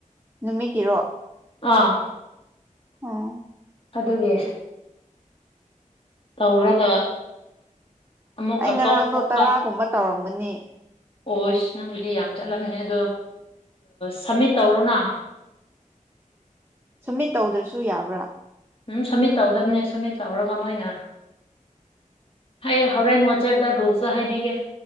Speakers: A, on the right (about 15°); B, on the left (about 40°).
A: ꯅꯨꯃꯤꯠꯀꯤꯔꯣ
B: ꯑꯥ
A: ꯎꯝ
B: ꯑꯗꯨꯒꯤ ꯇꯧꯔꯒ ꯑꯃꯨꯛꯀ
A: ꯑꯩ ꯉꯔꯥꯡꯗꯣ
B: ꯇꯣꯛꯊꯣꯛꯄ
A: ꯇꯔꯥꯒꯨꯝꯕ ꯇꯧꯔꯝꯒꯅꯤ
B: ꯑꯣꯁ ꯅꯪꯒꯤꯗꯤ ꯌꯥꯝ ꯆꯠꯂꯝꯅꯤ ꯑꯗꯣ ꯁꯝꯃꯤꯠ ꯇꯧꯔꯣꯅ
A: ꯁꯝꯃꯤꯠ ꯇꯧꯗ꯭ꯔꯁꯨ ꯌꯥꯕ꯭ꯔꯥ
B: ꯎꯝ ꯁꯝꯃꯤꯠ ꯇꯧꯗꯕꯅꯦ ꯁꯃꯤꯠ ꯇꯧꯔꯒ ꯃꯣꯏꯅ ꯍꯌꯦ ꯍꯣꯔꯦꯟ ꯋꯥꯆꯦꯞꯇ ꯔꯣꯜꯁꯨ ꯍꯥꯏꯕꯤꯒꯦ